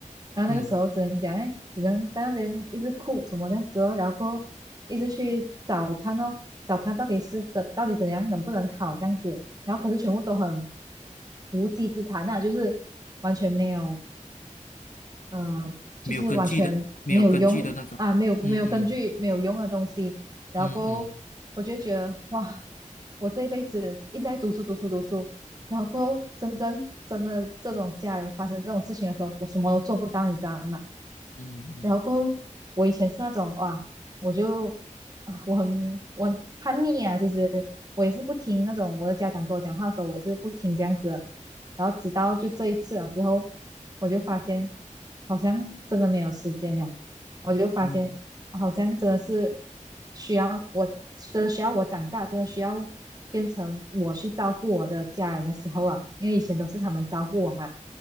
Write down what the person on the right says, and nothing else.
然后那个时候只能讲，
哎，只能在那边一直哭什么这样子哦，然后一直去找看哦，找看到底是怎到底怎样能不能好这样子，然后可是全部都很无稽之谈啊，就是完全没有呃，
就是完全没有用啊，
没有没有根据没有用的东西，
然后我就觉得哇，
我这一辈子一直在读书读书读书，然后真正真的这种家人发生这种事情的时候，我什么都做不到，你知道吗？
然后过后我以前是那种哇，我就啊，我很我很叛逆啊，其实我也是不听那种我的家长跟我讲话的时候，我也是不听这样子的。然后直到就这一次了之后，我就发现好像真的没有时间了。我就发现好像真的是
需要我，真的需要我长大，真的需要变成我去照顾我的家人的时候啊，因为以前都是他们照顾我嘛，